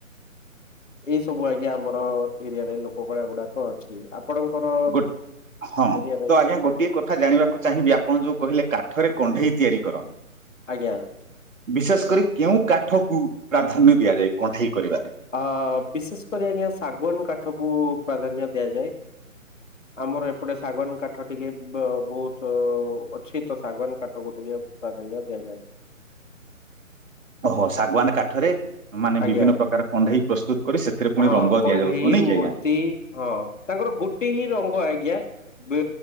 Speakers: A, on the left (about 60°); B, on the right (about 65°).
A: ଏଇ ସବୁ ଆଜ୍ଞା ଆମର ଏରିଆରେ ଲୋକ କଳା ଗୁଡାକ ଅଛି ଆପ ଆପଣଙ୍କର
B: ଗୋ ହଁ
A: ଏରିଆରେ।
B: ତ ଆଜ୍ଞା ଗୋଟିଏ କଥା ଜାଣିବାକୁ ଚାହିଁବି ଆପଣ ଯୋଉ କହିଲେ କାଠରେ କଣ୍ଢେଇ ତିଆରି କରନ
A: ଆଜ୍ଞା।
B: ବିଶେଷକରି କେଉଁ କାଠକୁ ପ୍ରାଧାନ୍ୟ ଦିଆଯାଏ କଣ୍ଢେଇ କରିବାରେ।
A: ଅ ବିଶେଷକରି ଆଜ୍ଞା ଶାଗୁଆନ କାଠକୁ ପ୍ରାଧାନ୍ୟ ଦିଆଯାଏ। ଆମର ଏପଟେ ଶାଗୁଆନ କାଠ ଟିକେ ବ ବହୁତ ଅଛି ତ ଶାଗୁଆନ କାଠକୁ ଟିକେ। ପ୍ରାଧାନ୍ୟ ଦିଆଯାଏ।
B: ଓ ହୋ ଶାଗୁଆନ କାଠରେ। ମାନେ
A: ଆଜ୍ଞା
B: ବିଭିନ୍ନ ପ୍ରକାର କଣ୍ଢେଇ ପ୍ରସ୍ତୁତ କରି ସେଥିରେ ପୁଣି
A: ହଁ
B: ରଙ୍ଗ
A: କଣ୍ଢେଇ
B: ଦିଆଯାଉଥିବ ନାଇଁ କି
A: ମୂର୍ତ୍ତି
B: ଆଜ୍ଞା।
A: ହଁ, ତାଙ୍କର ଗୋଟେ ହିଁ ରଙ୍ଗ ଆଜ୍ଞା। ବେ